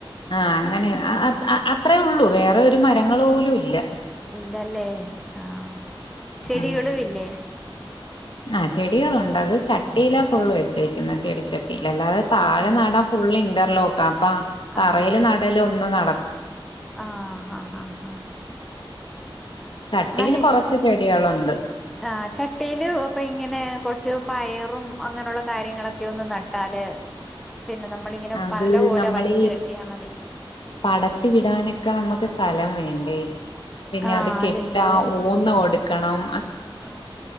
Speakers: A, on the left; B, in the centre.
A: ആ അങ്ങനെ അ അ അ അത്രെഒള്ളൂ വേറൊരു മരങ്ങളോലുല്ല
B: ഇല്ലാലെ ആ ചെടികളും
A: ആ
B: ഇല്ലെ
A: ആ ചെടികളുണ്ട് അത് ചട്ടീലാഫുള്ള് വെച്ചേക്കുന്നെ ചെടിച്ചട്ടീല് അല്ലാതെ താഴെ
B: ആ
A: നടാൻ ഫുള്ള് ഇൻ്റർ ലൊക്കാ അപ്പൊ തറയില്
B: ആ
A: ഒ ന്നും നട
B: ആ ഹാ ഹാ ഹാ
A: ചട്ടിയിൽ
B: മെഹച്ച്
A: കൊറച്ച് ചെടികളുണ്ട്
B: ഏ ചട്ടീല് പെയി ഇങ്ങനെ കൊർച്ച് പയറും അങ്ങനൊള്ള കാര്യങ്ങളൊക്കെ ഒന്ന് നട്ടാല് പിന്നെ നമ്മളിങ്ങനെ
A: അത്
B: വല പോലെ
A: നമ്മളീ
B: വലിച്ചു കെട്ടിയാ മതി
A: പടത്തി വിടാനൊക്കാ നമ്മക്ക് സ്ഥലം വേണ്ടേ പിന്നെ
B: ആ
A: അത് കെട്ടാ
B: അതില്ലല്ലേ
A: ഊന്ന് കൊടു ക്കണം
B: ആ